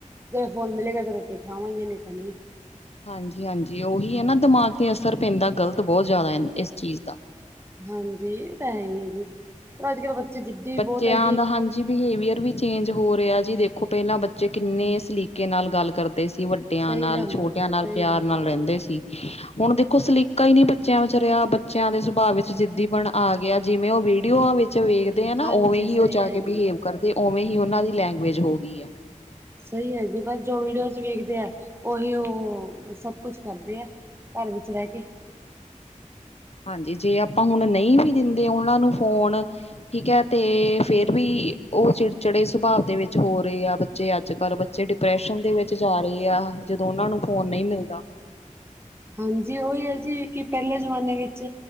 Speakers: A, on the right; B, on the left.
A: ਜੈ ਫੋਨ ਮਿਲੇਗਾ ਤਾਂ ਰੋਟੀ ਖਾਵਾਂਗੇ ਨਹੀਂ ਤਾਂ ਨਹੀਂ
B: ਹਾਂਜੀ ਹਾਂਜੀ ਉਹੀ ਹੈ ਨਾ ਦਿਮਾਗ ਤੇ ਅਸਰ ਪੈਂਦਾ ਗ਼ਲਤ ਬਹੁਤ ਜ਼ਿਆਦਾ ਇਸ ਚੀਜ਼ ਦਾ
A: ਹਾਂਜੀ ਇਹ ਤਾਂ ਹੈ ਹੀ ਹੈ ਜੀ ਪਰ ਅੱਜ ਕੱਲ ਬੱਚੇ ਜਿੱਦੀ
B: ਬੱਚਿਆਂ
A: ਬਹੁਤ ਹੈ
B: ਦਾ ਹਾਂਜੀ ਜੀ ਬਿਹੇਵੀਅਰ ਵੀ ਚੇਂਜ ਹੋ ਰਿਹਾ ਜੀ ਦੇਖੋ ਪਹਿਲਾਂ ਬੱਚੇ ਕਿੰਨੇ ਸਲੀਕੇ ਨਾਲ ਗੱਲ ਕਰਦੇ ਸੀੱ ਵੱਡੀਆਂ
A: ਸਹੀ
B: ਨਾਲ
A: ਗੱਲ
B: ਛੋਟਿਆਂ
A: ਹੈ ਜੀ
B: ਨਾਲ
A: ਸਹੀ
B: ਪਿਆਰ
A: ਗੱਲ
B: ਨਾਲ
A: ਹੈ।
B: ਰਹਿੰਦੇ ਸੀ ਹੁਣ ਦੇਖੋ ਸਲੀਕਾ ਹੀ ਨੀ ਬੱਚਿਆਂ ਵਿਚ ਰਿਹਾ ਬੱਚਿਆਂ ਦੇ ਸੁਭਾਅ ਵਿੱਚ ਜਿੱਦੀ ਬਣ ਆ ਗਿਆ ਜਿਵੇਂ ਉਹ ਵੀਡੀਓ ਵਿੱਚ ਵੇਖਦੇ ਆ ਨਾ
A: ਹਾਂਜੀ
B: ਉਵੇਂ ਹੀ
A: ਸਹੀ
B: ਉਹ ਜਾ
A: ਹੈ
B: ਕੇ
A: ਜੀ।
B: ਬਿਹੇਵ ਕਰਦੇ ਤੇ ਉਵੇਂ ਹੀ ਉਹਨਾਂ ਦੀ ਲੈਂਗੁਏਜ ਹੋ ਗਈ ਆ
A: ਸਹੀ ਹੈ ਜੀ ਬਸ ਜੋ ਵੀਡੀਓ ਚ ਵੇਖਦੇ ਆ ਉਹੀ ਉਹ ਸਭ ਕੁਛ ਕਰਦੇ ਆ ਘਰ ਵਿੱਚ ਰਹਿ ਕੇ
B: ਹਾਂਜੀ ਜੇ ਆਪਾਂ ਹੁਣ ਨਹੀਂ ਵੀ ਦਿੰਦੇ ਉਹਨਾਂ ਨੂੰ ਫੋਨ ਠੀਕ ਹੈ ਤੇ ਫੇਰ ਵੀ ਉਹ ਚਿੜਚਿੜੇ ਸੁਭਾਅ ਦੇ ਵਿੱਚ ਹੋ ਰਹੇ ਆ ਜੇ ਅੱਜ ਕੱਲ੍ਹ ਬੱਚੇ ਡਿਪਰੈਸ਼ਨ ਦੇ ਵਿੱਚ ਜਾ ਰਹੇ ਆ ਜਦੋਂ ਉਹਨਾਂ ਨੂੰ ਫੋਨ ਨਹੀਂ ਮਿਲਦਾ
A: ਹਾਂਜੀ ਉਹੀ ਹੈ ਜੀ ਕਿ ਪਹਿਲੇ ਜ਼ਮਾਨੇ ਵਿੱਚ